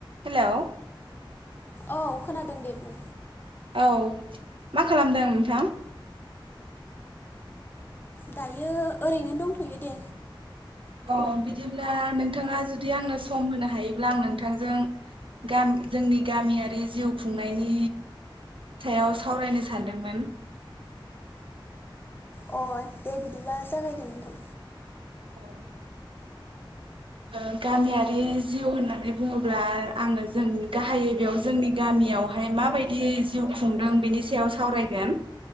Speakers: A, on the right; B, on the left.
A: Hello
B: औ खोनादों दे बुं
A: औ मा खालामदों नोंथां
B: दायो ओरैनो दंथ'यो दे
A: अ बिदिब्ला नोंथाङा जुदि आंनो सम होनो हायोब्ला आं नोंथांजों गा जोंनि गामियारि जिउ खुंनायनि सायाव सावरायनो सानदोंमोन
B: अ दे बिदिबा जागायदो नोंथां
A: औ ओ गामियारि जिउ होननानै बुङोब्ला आंङो जों गाहायै बेयाव जोंनि गामियावहाय माबायदि जिउ खुंदों बेनि सायाव सावरायगोन।